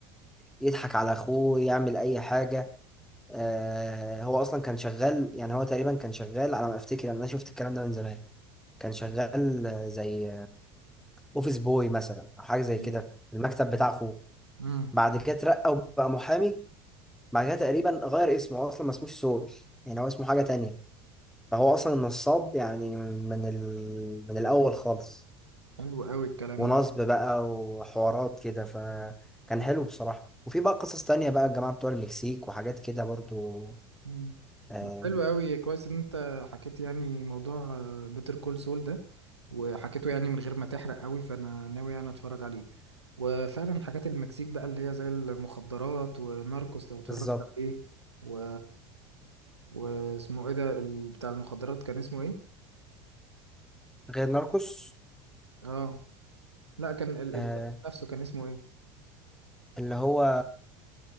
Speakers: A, in the centre; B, on the right.
A: يضحك على أخوه يعمل أي حاجة آه، هو أصلا كان شغال يعني هو تقريبا كان شغال على ما أفتكر يعني أنا شفت الكلام ده من زمان كان شغال آه، زي أوفيس بوي مثلا أو حاجة زي كده
B: أيوة.
A: في المكتب بتاع أخوه
B: امم
A: بعد كده اترقى وبقى محامي بعد كده تقريبا غير اسمه هو اصلا ما اسموش سول يعني هو اسمه حاجة تانية فهو اصلا نصاب يعني من ال... من الاول خالص
B: حلو قوي الكلام
A: ونصب
B: ده
A: بقى وحوارات كده فكان حلو بصراحة وفي بقى قصص تانية بقى الجماعة بتوع المكسيك وحاجات كده برضو
B: مم.
A: آه
B: بس حلو قوي كويس ان انت حكيت يعني موضوع بيتر كول سول ده وحكيته يعني من غير ما تحرق قوي فانا ناوي يعني اتفرج عليه وفعلا حاجات المكسيك بقى اللي هي زي المخدرات وناركوس لو اتفرجت
A: بالظبط
B: عليه و... واسمه ايه ده ال- بتاع المخدرات كان اسمه ايه
A: غير ناركوس
B: اه لا كان ال-
A: آه
B: الراجل نفسه كان اسمه ايه
A: اللي هو